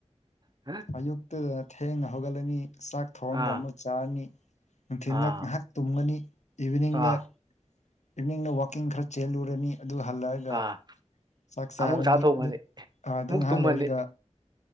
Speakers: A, on the right; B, on the left.
A: ꯍꯣꯏ
B: ꯑꯌꯨꯛꯇꯨꯗ ꯊꯦꯡꯅ ꯍꯧꯒꯠꯂꯅꯤ ꯆꯥꯛ ꯊꯣꯡꯉ
A: ꯑꯥ
B: ꯑꯃꯨꯛ ꯆꯥꯔꯅꯤ ꯅꯨꯡꯊꯤꯟꯜꯗ
A: ꯑꯥ
B: ꯉꯥꯏꯍꯥꯛ ꯇꯨꯝꯒꯅꯤ ꯏꯚꯤꯅꯤꯡꯗ
A: ꯑꯥ
B: ꯏꯚꯤꯅꯤꯡꯗ ꯋꯥꯛꯀꯤꯡ ꯈꯔ ꯆꯦꯜꯂꯨꯔꯅꯤ ꯑꯗꯨ ꯍꯜꯂꯛꯑꯒ
A: ꯑꯥ
B: ꯆꯥꯛ ꯆꯥꯔꯅꯤ
A: ꯑꯃꯨꯛ ꯆꯥ ꯊꯣꯡꯉꯅꯤ
B: ꯑꯗꯨ ꯑꯥ
A: ꯑꯃꯨꯛ
B: ꯅꯥꯏꯍꯥꯛ
A: ꯇꯨꯝꯃꯅꯤ
B: ꯂꯩꯔꯒ